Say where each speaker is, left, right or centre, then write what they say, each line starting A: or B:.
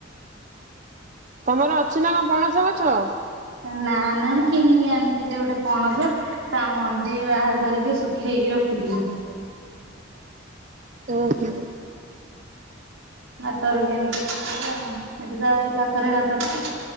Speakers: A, on the right (about 40°); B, on the right (about 85°).
A: ତମର ଅଛି ନା କଣ ପଣସ ଗଛ?
B: ନା ନା କିଣିକି ଆଣିଥିଲେ ଗୋଟେ ପଣସ। ତା ମଞ୍ଜି ବାହାର କରିକି ଶୁଖେଇକି ରଖିଥିଲି।
A: ଓହୋ।
B: ହାଟରୁ କିଣିକି ଆଣିଥିଲି ଆଉ ଏଠି ତ ଆଉ ଏଇ ପାଖରେ ହାଟ ଟା।